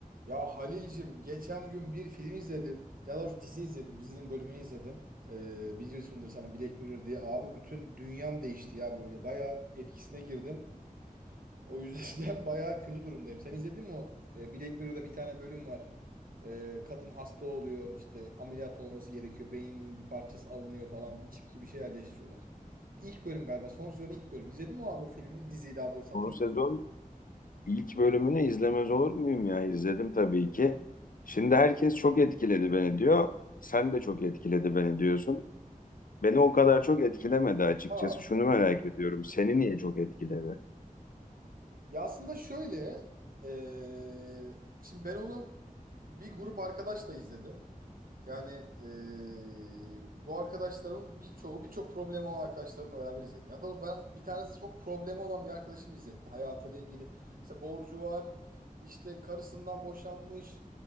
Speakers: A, on the right; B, on the left.
A: Ya Halil'cim geçen gün bir film izledim. Ya da dizi izledim. Dizinin bölümünü izledim. Ee, biliyorsundur sen Black Mirror diye. Abi bütün dünyam değişti ya böyle. Bayağı etkisine girdim. O yüzden <laughs> bayağı kötü durumdayım. Sen izledin mi o? Ee, Black Mirror'da bir tane bölüm var. Ee, kadın hasta oluyor. işte ameliyat olması gerekiyor. Beyninin bir parçası alınıyor falan. Bir çip gibi bir şey yerleştiriyorlar. İlk bölüm galiba. Son sezonun ilk bölümü. İzledin mi abi o filmi? Diziyi daha doğrusu
B: Bu
A: hatırlıyor
B: sezon ilk bölümünü izlemez olur muyum ya? İzledim tabii ki. Şimdi herkes çok etkiledi beni diyor. Sen de çok etkiledi beni diyorsun. Beni o kadar çok etkilemedi açıkçası.
A: Aa.
B: Şunu merak ediyorum. Seni niye çok etkiledi?
A: Ya aslında şöyle, eee, şimdi ben onu bir grup arkadaşla izledim. Yani eee, bu arkadaşlarımın birçoğu birçok problemi olan arkadaşlarımla beraber izledim. Ya doğrusu ben bir tanesi çok problemi olan bir arkadaşım izletti. Hayatıyla ilgili işte borcu var, işte karısından boşanmış,